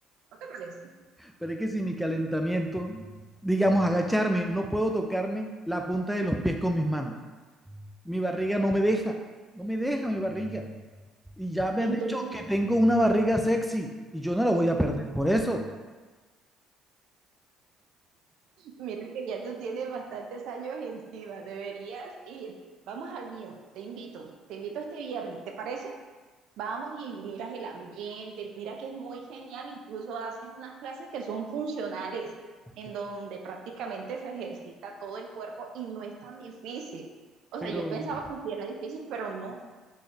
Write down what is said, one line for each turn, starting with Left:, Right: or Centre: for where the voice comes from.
Right: ¿No te parece?
Centre: Pero es que si mi calentamiento, digamos, agacharme, no puedo tocarme la punta de los pies con mis manos. Mi barriga no me deja, no me deja mi barriga. Y ya me
Right: Entonces,
Centre: han dicho que tengo una barriga sexy y yo no la voy a perder por eso.
Right: mira que ya tú tienes bastantes años encima, deberías ir. Vamos al mío, te invito, te invito este viernes, ¿te parece? Vamos y miras el ambiente, mira que es muy genial, incluso hacen unas clases que son funcionales,
Centre: Ok.
Right: en donde prácticamente se ejercita todo el cuerpo y no es tan difícil. O
Centre: Pero,
Right: sea, yo pensaba que sí era difícil, pero no.